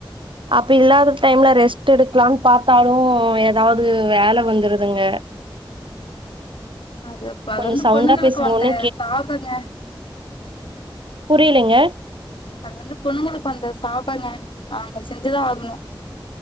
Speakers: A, on the right (about 70°); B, on the left (about 70°).
A: அப்ப இல்லாத டைம்ல ரெஸ்ட் எடுக்கலான் பாத்தாலு எதாவுது வேல வந்துருதுங்க
B: அது ப அது
A: கொஞ்சோ
B: வந்து
A: சவுண்டா
B: பொண்ணுங்களுக்கு
A: பேசுங்க
B: வந்த
A: ஒன்னு
B: சாபங்க
A: புரியிலெங்க
B: அது வந்து பொண்ணுங்களுக்கு வந்த சாபங்க அவுங்க செஞ்சுதா ஆகனு